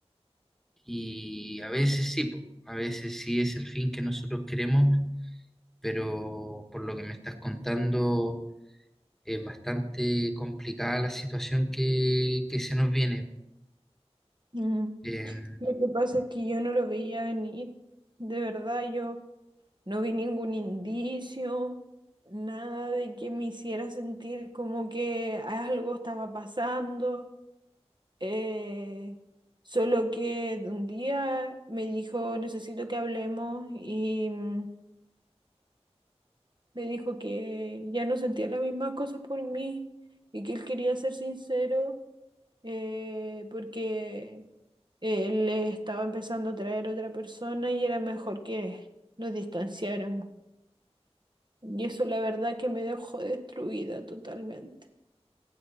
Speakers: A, in the centre; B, on the right.
A: y a veces sí, po, a veces sí es el fin que nosotros queremos, pero por lo que me estás contando es bastante complicada la situación que, que se nos viene.
B: Mm.
A: Em,
B: Lo que pasa es que yo no lo veía venir, de verdad, yo No vi ningún indicio, nada de que me hiciera sentir como que algo estaba pasando. eh, solo que un día me dijo, necesito que hablemos y mm, me dijo que ya no sentía las mismas cosas por mí y que él quería ser sincero eh, porque él estaba empezando a traer otra persona y era mejor que nos distanciáramos. Y eso la verdad que me dejó destruida totalmente.